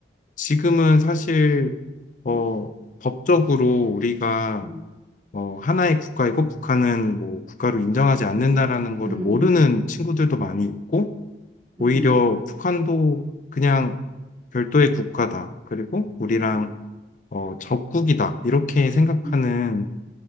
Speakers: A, on the left; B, on the right.
A: 지금은 사실 어,
B: 음,
A: 법적으로 우리가
B: 음,
A: 어, 하나의 국가이고 북한은 뭐 국가로 인정하지 않는다라는 거를
B: 음,
A: 모르는 친구들도 많이 있고 오히려
B: 음,
A: 북한도 그냥 별도의 국가다. 그리고 우리랑
B: 음,
A: 어, 적국이다. 이렇게 생각하는
B: 음,